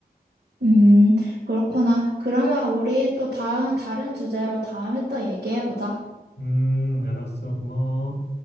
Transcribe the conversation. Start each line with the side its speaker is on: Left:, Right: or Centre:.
Right: 음, 그렇구나. 그러면 우리 또 다음, 다른 주제로 다음에 또 얘기해보자.
Left: 음, 알았어. 고마워.